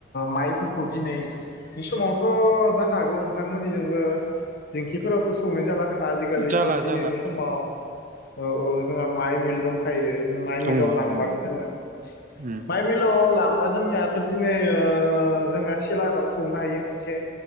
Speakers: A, on the left; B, on the right.
A: माइफोरखौ दिनैनि समावथ' जानो हागौ नोंथांमोननिजोंबो दिंखिफोरावथ' सौनाय जाला ना आजिखालिथ'
B: जाला
A: दिनैनि
B: जाला
A: समाव औ औ जोंहा माइ मिल दंखायो । माइ
B: दङ
A: मिलाव लांबानो
B: दङ
A: जोंङो
B: उम
A: माइ मिलाव लांब अ जोंनियाथ दिनै ओ ओ जोंहा सेलाराव सौनो हायो मोनसे